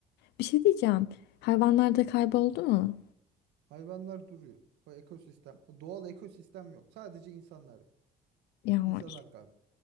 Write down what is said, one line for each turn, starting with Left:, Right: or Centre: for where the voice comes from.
Left: Bir şey diyeceğim. Hayvanlar da kayboldu mu?
Right: hayvanlar duruyor. O ekosistem, doğal ekosistem yok. Sadece insanlar yok.
Left: Ya
Right: İnsanlar
Left: işte.
Right: kaldı.